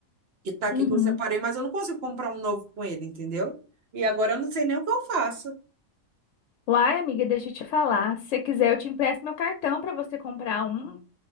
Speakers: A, on the right (about 55°); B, on the left (about 70°).
A: que tá aqui
B: uhum.
A: que eu separei, mas eu não consigo comprar um novo com ele, entendeu? E agora eu não sei nem o que eu faço.
B: Uai, amiga, deixa eu te falar. Se você quiser, eu te empresto meu cartão para você comprar um.